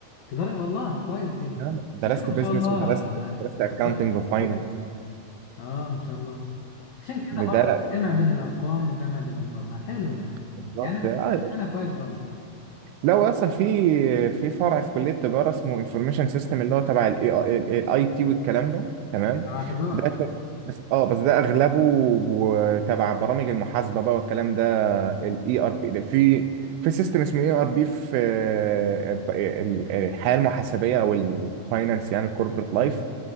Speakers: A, on the left; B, on the right.
A: تجاره والله كويس جدا
B: نعم. درست
A: عشان كده ما
B: بيزنس
A: شاء الله
B: ودرست
A: ما-
B: درست أكاونتنج
A: مستواك في الكلية.
B: وفاينانس
A: اه ما شاء الله عشان كده برضو
B: ده لا
A: جمع بين الارقام وجمع بين البرمجه حلو ده
B: بالظبط
A: يعني انا
B: آه
A: استفدت
B: يا باشا
A: منها كويس برضو
B: لو أصلا في في فرع في كلية تجارة اسمه انفورميشن سيستم اللي هو تبع الاي تي والكلام ده تمام
A: تبع تجاره
B: ده شغل- بس اه بس ده اغلبه و- تبع برامج المحاسبه بقى والكلام ده الاي ار بي في في سيستم اسمه اي ار بي في آه، ال- الحياه المحاسبيه او الفاينانس يعني الكوربريت
A: جميل
B: لايف